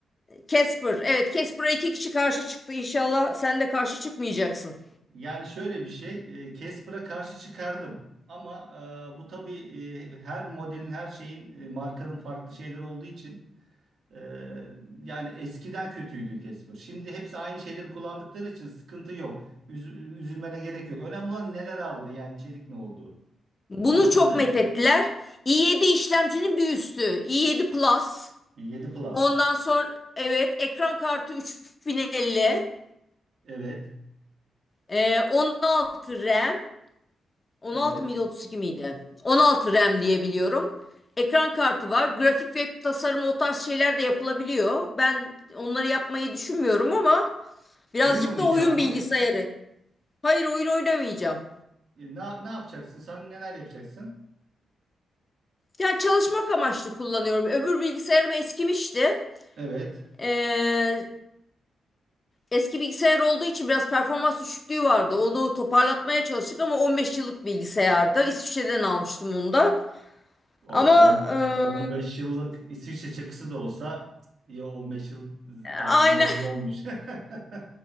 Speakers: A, on the left; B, on the right.
A: Casper evet Casper'a iki kişi karşı çıktı. İnşallah sen de karşı çıkmayacaksın.
B: Yani şöyle bir şey. e, Casper'a karşı çıkardım. Ama e, bu tabii e, her modelin her şeyin e, markanın farklı şeyleri olduğu için e, yani eskiden kötüydü Casper. Şimdi hepsi aynı şeyleri kullandıkları için sıkıntı yok. Üz- üzülmene gerek yok. Önemli olan neler aldı yani içerik ne oldu.
A: Bunu
B: Anladın
A: çok
B: değil
A: methettiler.
B: mi?
A: i7 işlemcinin bir üstü. i7 Plus.
B: 7 Plus.
A: Ondan sonra evet ekran kartı 3050.
B: Evet.
A: Ee, 16 RAM. 16
B: Evet.
A: mıydı 32 miydi? 16 RAM diye biliyorum. Ekran kartı var. Grafik ve tasarım o tarz şeyler de yapılabiliyor. Ben onları yapmayı düşünmüyorum ama birazcık
B: Oyun oynayacağım
A: da oyun
B: mı?
A: bilgisayarı. Hayır oyun oynamayacağım.
B: E, Ne, ne yapacaksın? Sen neler yapacaksın?
A: Yani çalışmak amaçlı kullanıyorum. Öbür bilgisayarım eskimişti.
B: Evet.
A: Ee, eski bilgisayar olduğu için biraz performans düşüklüğü vardı. Onu toparlatmaya çalıştık ama 15 yıllık bilgisayardı. İsviçre'den almıştım onu da.
B: O
A: Ama
B: on- 15
A: e,
B: yıllık İsviçre çakısı da olsa ya 15 yıl artık
A: aynen
B: yarı dolmuş. <laughs>